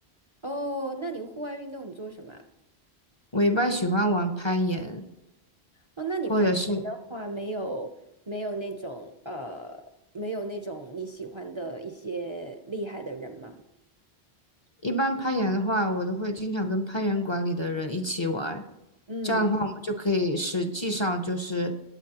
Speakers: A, on the right; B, on the left.
A: 哦，那你户外运动你做什么啊？
B: 我一般喜欢玩攀岩，
A: 哦，那你攀岩的话，
B: 或者是。
A: 没有没有那种呃，没有那种你喜欢的一些厉害的人吗？
B: 一般攀岩的话，我都会经常跟攀岩馆里的人一起玩，
A: 嗯
B: 这样的话，我们就可以实际上就是